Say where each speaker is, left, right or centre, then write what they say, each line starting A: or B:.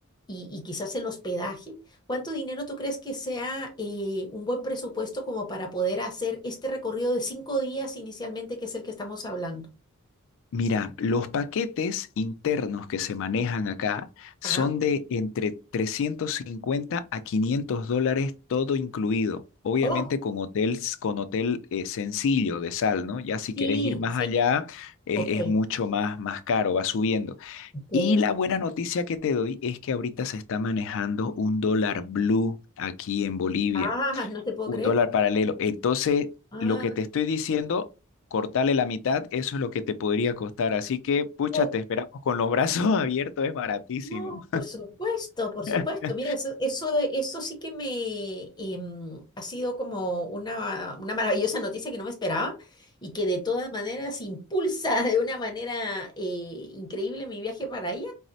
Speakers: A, on the left (about 20°); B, on the left (about 60°).
A: y, y quizás el hospedaje, cuánto dinero tú crees que sea eh, un buen presupuesto como para poder hacer este recorrido de cinco días inicialmente, que es el que estamos hablando?
B: Mira, los paquetes internos que se manejan acá son
A: Ajá.
B: de entre 350 a 500 dólares todo incluido. Obviamente
A: Oh,
B: con hotels, con hotel eh, sencillo de sal, ¿no? Ya si
A: sí,
B: querés ir más
A: sí.
B: allá, es,
A: Ok,
B: es mucho más, más caro, va subiendo.
A: ok.
B: Y la buena noticia que te doy es que ahorita se está manejando un dólar blue aquí en Bolivia.
A: Ah, no te puedo
B: Un
A: creer.
B: dólar paralelo. Entonces,
A: Ah,
B: lo que te estoy diciendo, cortarle la mitad, eso es lo que te podría costar. Así que, pucha,
A: oh,
B: te esperamos con los brazos <laughs> abiertos, es baratísimo.
A: no, por supuesto, por supuesto.
B: <laughs>
A: Mira, eso, eso, eso sí que me em, ha sido como una, una maravillosa noticia que no me esperaba y que de todas maneras impulsa <laughs> de una manera eh, increíble mi viaje para allá.